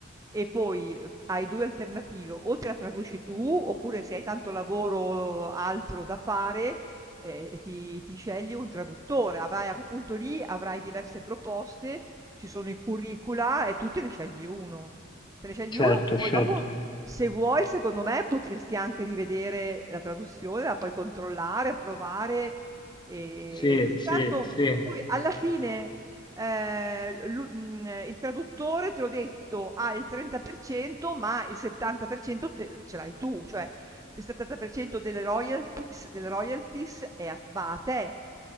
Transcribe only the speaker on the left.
certo,
certo.
Sì, sì,
sì.